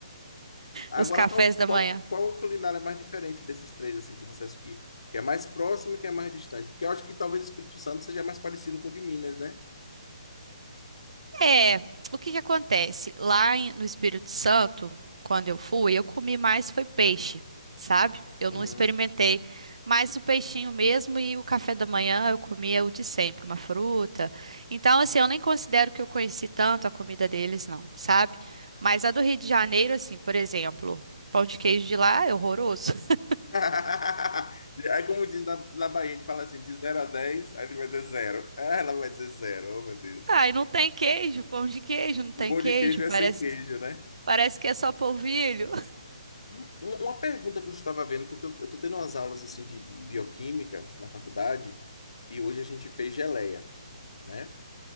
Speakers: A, on the left; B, on the right.
A: Agora,
B: os cafés
A: qual,
B: da
A: qual,
B: manhã.
A: qual culinária é mais diferente desses três, assim, que você acha que, que é mais próximo e que é mais distante? Porque eu acho que talvez o Espírito Santo seja mais parecido com o de Minas, né?
B: É, o que que acontece? Lá em- no Espírito Santo, quando eu fui, eu comi mais foi peixe, sabe? Eu
A: Hum.
B: não experimentei mais o peixinho mesmo e o café da manhã eu comia o de sempre, uma fruta. Então, assim, eu nem considero que eu conheci tanto a comida deles, não, sabe? Mas a do Rio de Janeiro, assim, por exemplo, pão de queijo de lá é horroroso. <laughs>
A: <laughs> Aí, como diz na, na Bahia, a gente fala assim, de zero a 10 aí ele vai dizer zero. Ah, ela vai dizer zero, oh meu Deus.
B: Ai, não tem queijo, pão de queijo, não tem
A: O bom
B: queijo,
A: de queijo é
B: parece,
A: sem queijo, né?
B: parece que é só polvilho.
A: Um- Uma pergunta que eu estava vendo, porque eu estou tendo umas aulas assim de, de bioquímica na faculdade, e hoje a gente fez geleia, né?